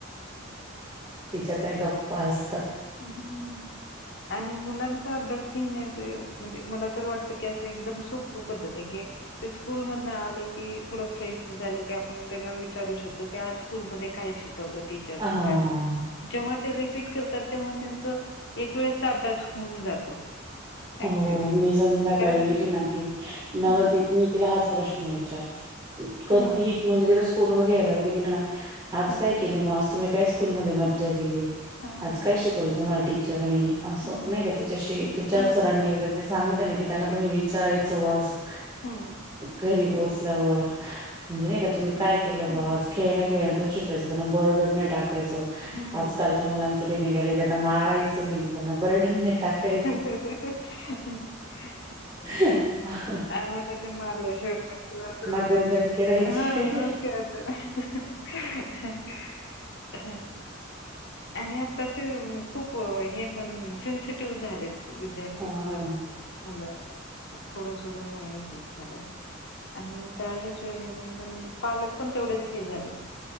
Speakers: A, on the right; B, on the left.
A: तिच्या त्या गप्पा असतात.
B: हम्म. आणि मुलांचा अभ्यास घेण्याचं, म्हणजे मला तर वाटतं की असं एकदम सोप पद्धत आहे की ते स्कूल मधनं आले की, थोडं फ्रेश झाले की आपण त्यांना विचारू शकतो, की आज स्कूलमध्ये काय शिकवलं टीचरने
A: हा
B: काय, जेव्हा ते रिपीट कर तात तेव्हा त्यांचं, एक वेळेसचा अभ्यास होऊन जातो.
A: हो
B: ऍक्च्युली
A: मी संध्याकाळी
B: कारण
A: गेली ना की, मला
B: हं,
A: ती मी तिला हाच प्रश्न विचारते,, कधी
B: हं,
A: म्हणजे तिला स्कूल म घ्यायला वगैरे गेलं ना आज
B: हं,
A: काय केलं मग, आज तुम्ही काय स्कूलमध्ये मज्जा केली?
B: हं,
A: आज काय शिकवल तुम्हाला टीचरनी,,,
B: अच्छा.
A: असं
B: हं,
A: नाही का तिच्याशी, तिच्या
B: हं,
A: सर रांनी वगैरे ते सांगितल ना की त्यांना
B: अच्छा.
A: तुम्ही विचारायचं असं
B: हं,
A: घरी रोज आल्यावर,, म्हणजे नाही का तुम्ही काय केलं बस
B: हं,
A: खेळणं खेळणं तुमची त्यांना बरडन नाही टाकायचं,,
B: हं.
A: आजकालच्या मुलांच लय निघालय त्यांना मारायचं नाही. त्यांना बरडन नाही टाकाय
B: ह ह ह
A: ह आ <unintelligible>
B: आम्हाला ते मारलं शिवाय
A: दन दणके राहायचे
B: <unintelligible> ओके. ह <unintelligible> ह आणि आता ते खूपं हे पण सेन्सिटिव्ह झालेत, विद्यार्थी
A: हा
B: सुद्धा, मुलं थोडं सुद्धा नाही आहे हे चालत. आणि त्या ह्याच्या ह्याने पण पालक पण तेवढेच हे झाले.